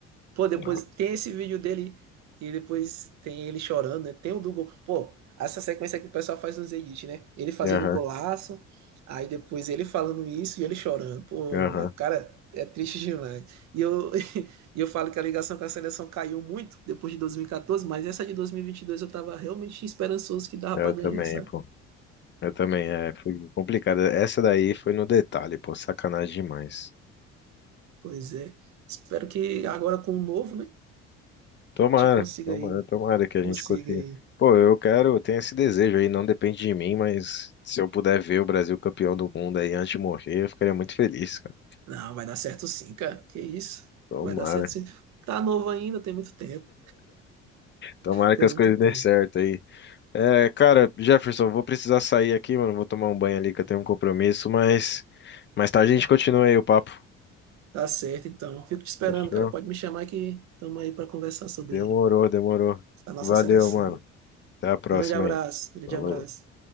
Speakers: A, on the right (about 50°); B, on the left (about 30°).
A: Pô, depois
B: Não.
A: tem esse vídeo dele e depois tem ele chorando, né? Tem o do gol. Pô, essa sequência que o pessoal faz nos edits, né? Ele fazendo
B: Aham,
A: um golaço, aí depois ele falando isso e ele chorando. Pô,
B: aham,
A: é- cara, é triste demais. E eu, <laughs> e eu falo que a ligação com a seleção caiu muito depois de 2014, mas essa de dois mil e e vinte e dois eu tava realmente esperançoso que dava
B: eu
A: pra ganhar,
B: também,
A: sabe?
B: pô. Eu também, é, foi complicado. Essa daí foi no detalhe, pô, sacanagem demais.
A: Pois é. Espero que agora com o novo, né? A
B: Tomara,
A: gente consiga
B: tomara,
A: aí,
B: tomara que a
A: consiga
B: gente consiga.
A: aí.
B: Pô, eu quero, eu tenho esse desejo aí, não depende de mim, mas se eu puder ver o Brasil campeão do mundo aí antes de morrer, eu ficaria muito feliz, cara.
A: Não, vai dar certo sim, cara. Que isso?
B: Tomara.
A: Vai dar certo sim. Tá novo ainda, tem muito tempo.
B: Tomara
A: Tem
B: que as
A: muito
B: coisas dêem
A: tempo.
B: certo aí. É, cara, Jefferson, vou precisar sair aqui, mano. Vou tomar um banho ali que eu tenho um compromisso, mas mais tarde a gente continua aí o papo.
A: Tá certo, então. Fico te esperando,
B: Fechou?
A: cara. Pode me chamar que estamos aí para conversar sobre
B: Demorou, demorou.
A: a nossa
B: Valeu,
A: seleção.
B: mano. Até a próxima
A: Grande abraço,
B: aí.
A: grande
B: Falou.
A: abraço.